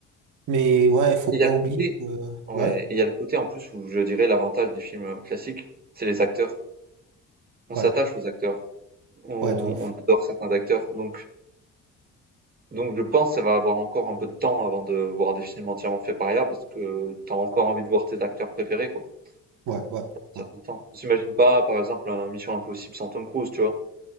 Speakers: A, on the right; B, on the right.
A: Mais ouais, faut
B: Et
A: pas
B: Il y a le
A: oublier
B: côté
A: que...
B: ouais,
A: Ouais,
B: et il y a le côté en plus où je dirais l'avantage des films, heu, classiques, c'est les acteurs. On
A: ouais,
B: s'attache aux acteurs, on
A: ouais, de ouf.
B: on adore certains acteurs, donc donc je pense que ça va avoir encore un peu de temps avant de voir des films entièrement faits par IA parce que t'as encore envie de voir tes acteurs préférés, quoi,
A: Ouais, ouais,
B: un certain
A: ouais,
B: temps. On s'imagine pas, par exemple, un Mission Impossible sans Tom Cruise, tu vois?